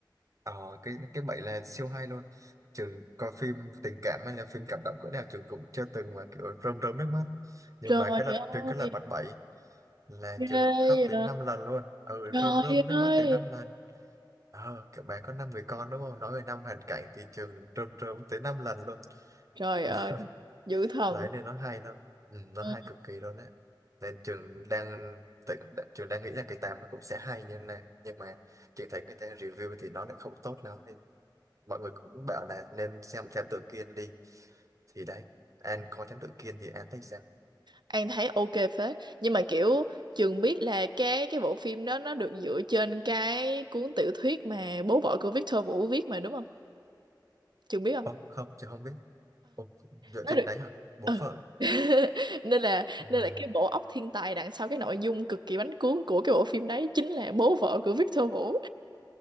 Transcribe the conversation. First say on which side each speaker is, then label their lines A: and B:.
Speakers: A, on the right; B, on the right.
A: Ờ cái cái bảy là siêu hay luôn. Trừ coi phim tình cảm hay là phim cảm động cỡ nào trường cũng chưa từng mà kiểu rơm rớm nước mắt. Nhưng
B: Trời
A: mà
B: ơi,
A: cái lật trừ cái lật mặt bảy là
B: ghê
A: chủ tịch
B: vậy.
A: khóc tới 5 lần luôn ừ
B: Trời
A: rơm rơm nước
B: ơi.
A: mắt tới 5 lần ờ các bạn có 5 người con đúng không nói về năm hoàn cảnh thì trường rơm rơm tới 5 lần luôn
B: Trời
A: <laughs>
B: ơi, dữ thần.
A: đấy nên nó hay lắm ừ, nó
B: Ừ.
A: hay cực kỳ luôn đấy nên trường đang tự- trường đang nghĩ là cái tám nó cũng sẽ hay như này nhưng mà trường thấy người ta review thì nó lại không tốt lắm nên mọi người cũng bảo là nên xem thám tử Kiên đi thì đấy An coi thám tử Kiên thì An thấy sao
B: An thấy ok phết. Nhưng mà kiểu Trường biết là cái cái bộ phim đó nó được dựa trên cái cuốn tiểu thuyết mà bố vợ của Victor Vũ viết mà đúng không? Trường biết không?
A: Ồ, không, trường không biết. Ồ, dựa
B: nó
A: trên
B: được
A: đấy hả? Bố
B: ừ.
A: vợ.
B: <laughs> nên là
A: Wow.
B: nên là cái bộ óc thiên tài đằng sau cái nội dung cực kỳ bánh cuốn của cái bộ phim đấy chính là bố vợ của Victor Vũ